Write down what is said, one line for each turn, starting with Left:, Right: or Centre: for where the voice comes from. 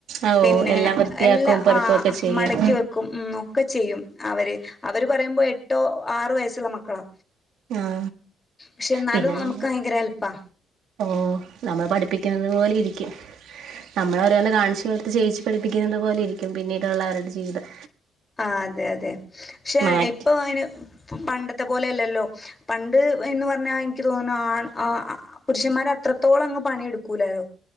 Right: ഓ
Left: പിന്നെ
Right: എല്ലാം വൃത്തിയാക്കും
Left: എല്ലാ
Right: പെറുക്കും
Left: ആ
Right: ഒക്കെ ചെയ്യും
Left: മടക്കി വെക്കും ഉം ഒക്കെ ചെയ്യും അവര് അവര് പറയുമ്പോ എട്ടോ ആറ് വയസ്സുള്ള മക്കളാ
Right: ആ
Left: ക്ഷെന്നാലും
Right: പിന്നെ
Left: മ്മക്ക്
Right: നമ്മൾ
Left: ഭയങ്കര ഹെല്പ്പാ.
Right: ഓ നമ്മൾ പഠിപ്പിക്കുന്നത് പോലെ ഇരിക്കും നമ്മള ഓരോന്ന് കാണിച്ചു കൊട്ത്ത് ചെയ്യിച്ച്പഠിപ്പിക്കുന്നത് പോലെരിക്കും പിന്നീടുള്ളവരുടെ ജീവിതം.
Left: ആ അതെ അതെ ക്ഷെ
Right: മാറ്റി
Left: ഇപ്പൊ അയ്‌ന് പണ്ടത്തെ പോലെയല്ലല്ലോ പണ്ട് ന്ന് പറഞ്ഞാ നിക്ക് തോന്ന്ണ് ആണ് ആ പുരുഷന്മാർ അ ത്രത്തോളങ്ങ് പണിയെടുക്കൂലലോ